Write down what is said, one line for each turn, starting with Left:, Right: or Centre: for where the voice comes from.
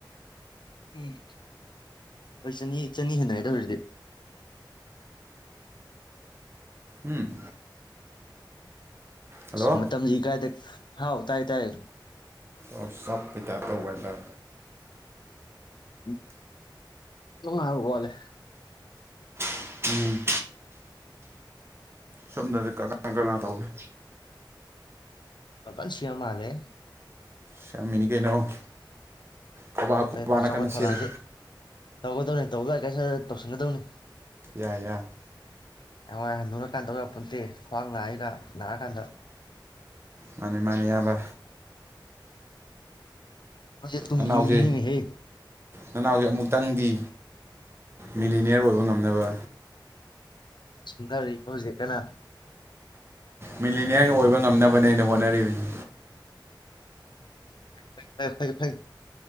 Left: ꯎꯝ ꯍꯣꯏ ꯆꯅꯤ ꯆꯅꯤ ꯍꯦꯟꯅ ꯍꯥꯏꯗ ꯑꯣꯏꯔꯗꯤ
Right: ꯎꯝ ꯍꯜꯂꯣ
Left: ꯃꯇꯝꯁꯤ ꯀꯥꯏꯗ ꯍꯥꯎ ꯇꯥꯏ ꯇꯥꯏ
Right: ꯑꯣ ꯆꯞꯄꯩꯇ ꯇꯧꯕ ꯍꯥꯏꯗ
Left: ꯪ ꯋꯥꯣꯦ
Right: ꯎꯝ ꯁꯣꯝꯗꯗꯤ ꯀꯅꯥ ꯀꯅꯥ ꯇꯧꯒꯦ
Left: ꯄꯥꯜ ꯁꯌꯥ ꯃꯥꯂꯦ
Right: ꯆꯃꯤꯅꯤ ꯀꯩꯅꯣ ꯈꯣꯕꯥ
Left: ꯐꯣꯏ
Right: ꯈꯣꯕꯥꯅ
Left: ꯐꯔꯦ ꯐꯩ ꯆꯥꯎꯈꯠ
Right: ꯀꯟꯅ ꯁꯦꯠꯂꯤ
Left: ꯊꯧꯔꯥꯡꯗ ꯇꯧꯒꯗꯧꯅꯤ ꯇꯧꯕ ꯌꯥꯏ ꯀꯩꯁꯨ ꯇꯧꯁꯤꯟꯒꯗꯧꯅꯤ
Right: ꯌꯥꯏ ꯌꯥꯏ
Left: ꯑ ꯅꯔ ꯀꯥꯟꯗꯧ ꯄꯨꯟꯇꯦ ꯈ꯭ꯋꯥꯡ ꯅꯥꯏꯒ ꯅꯥꯔꯀꯥꯟꯗ
Right: ꯃꯥꯅꯤ ꯃꯥꯅꯤ ꯏꯑꯕ
Left: ꯅꯪꯁꯦ ꯇꯨꯡꯒꯤ
Right: ꯅꯅꯥꯎꯁꯦ
Left: ꯌꯨꯝꯕꯤꯅꯤꯅꯦꯍꯦ
Right: ꯅꯅꯥꯎꯁꯦ ꯑꯃꯨꯛꯇꯪꯗꯤ
Left: ꯎꯝ
Right: ꯃꯤꯂꯤꯅꯤꯌꯔ ꯑꯣꯏꯕ ꯉꯝꯅꯕ
Left: ꯁꯗꯔꯀꯁ ꯀꯦꯅ
Right: ꯃꯤꯂꯤꯅꯤꯌꯥꯟ ꯑꯣꯏꯕ ꯉꯝꯅꯕꯅꯦ ꯑꯩꯅ ꯍꯣꯠꯅꯔꯤꯕꯁ
Left: ꯐ ꯐꯩ ꯐꯩ ꯐꯩ